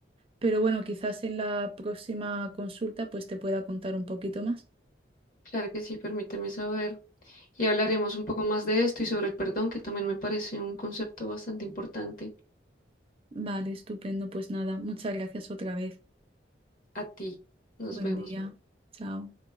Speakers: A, on the right (about 30°); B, on the left (about 50°).
A: Pero bueno, quizás en la próxima consulta pues te pueda contar un poquito más.
B: Claro que sí, permíteme saber. Y hablaremos un poco más de esto y sobre el perdón, que también me parece un concepto bastante importante.
A: Vale, estupendo. Pues nada, muchas gracias otra vez.
B: A ti, nos
A: Buen
B: vemos.
A: día. Chao.